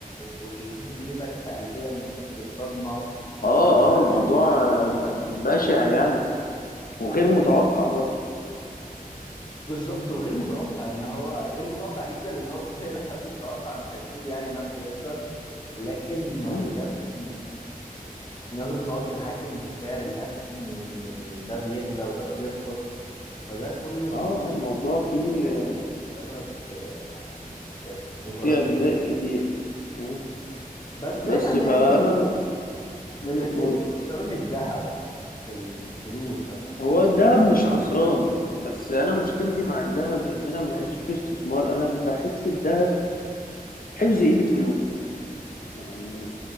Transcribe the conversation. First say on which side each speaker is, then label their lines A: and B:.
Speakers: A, on the left; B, on the left.
A: واللي يجي له سكته قلبيه من كتر الصدمه
B: اه
A: الفرق
B: اه موضوع
A: ان فجاه
B: آه،
A: الاسهم
B: ب-
A: تنزل
B: بشع يعني وغير متوقع برضو
A: بالظبط وغير متوقع ان هو غير متوقع جدا ان هو <laughs> طبيعي لو حد متوقع مش هيسيب يعني نفسه يخسر لكن
B: امم
A: بجد الناس بتقعد تتحكم في سعر الأسهم وإن ال- ده بيغلى وده بيرخص فده كله بيؤدي
B: اه اه موضوع
A: ل-
B: فيه آه،
A: لسبب آه، يعني إخ- خسارات
B: فيه اجزاء
A: كبيرة
B: كتير
A: أوي
B: مم.
A: بس دايما
B: بس
A: يعني
B: فانا
A: أنت ال-
B: مم،
A: اللي
B: قول.
A: تلاقيه مش خسران الذهب في ال- في الفلوس لما أنت تحب
B: هو الذهب
A: تستثمر
B: مش خسران
A: فلوسك
B: بس انا مشكلتي مع الذهب ان انا ما بحسوش استثمار انا بحس الذهب حفظ قيمة فلوسك يعني